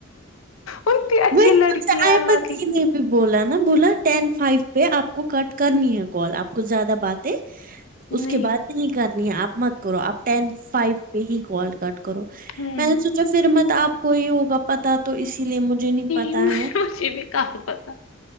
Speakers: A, on the left; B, on the right.
A: اتنی اچھی
B: مجھے
A: لڑکی ہے
B: احمد
A: اللہ کی
B: دی نے بولا نا بولا ٹین فائیو پہ آپ کو کٹ کرنی ہے کال آپ کو زیادہ باتیں
A: نہیں
B: اس کے بات بھی نہیں کرنی ہے آپ مت کرو آپ ٹین فائیو پہ ہی کال کٹ کرو
A: ہوں
B: میں نے سوچا پھر مت آپ کو ہی ہوگا پتا تو اسی لیے مجھے نہیں پتا
A: مجھے
B: ہے
A: مجھے بھی کہاں پتا